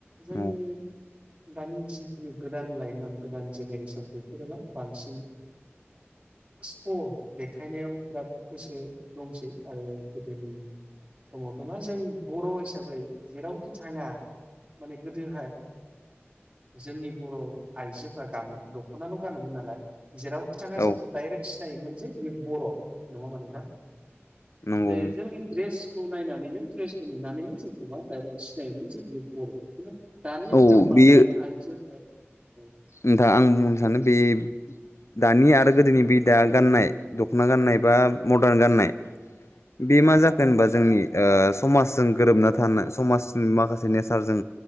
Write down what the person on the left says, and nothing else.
औ
औ
नंगौ
औ
बेयो
नोंथां आं बुंनो सानो बे दा नि आरो
गोदोनि बि दा गाननाय दख'ना गाननाय बा मदार्न गाननाय बे मा जाखो होनबा जोंनि ओ समाजजों गोरोबना थानो समाजनि माखासे नेचारजों